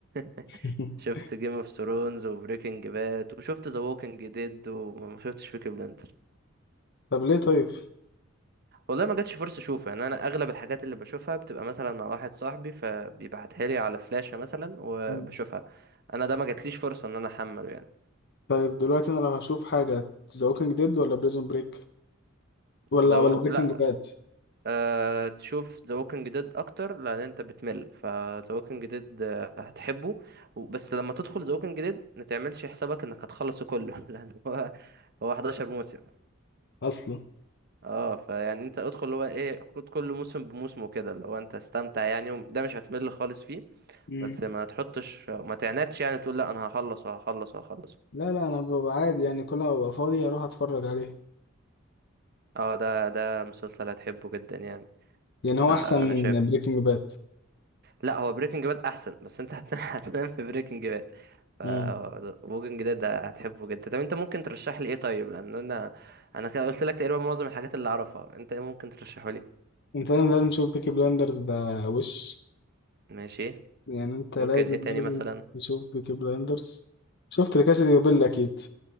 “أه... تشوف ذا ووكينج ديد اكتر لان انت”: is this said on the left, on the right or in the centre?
Right